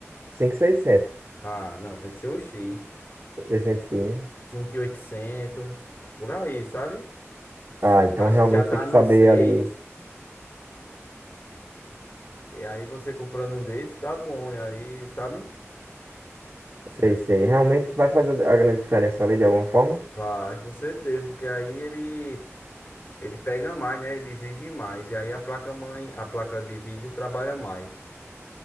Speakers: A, on the right; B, on the left.
A: 5.600.
B: Ah, não, tem que ser o X.
A: 600 né?
B: 5800, por aí, sabe?
A: Ah, então
B: Acho
A: realmente
B: que já tá
A: tem que
B: num
A: saber
B: 6.
A: ali.
B: E aí você comprando um desse, dá bom. E aí, sabe?
A: Sei,
B: O Pes-
A: sei. Realmente vai fazer a grande diferença ali de alguma forma?
B: Vai, com certeza. Porque aí ele, ele pega mais, né? Ele exige mais. E aí a placa-mãe, a placa de vídeo trabalha mais.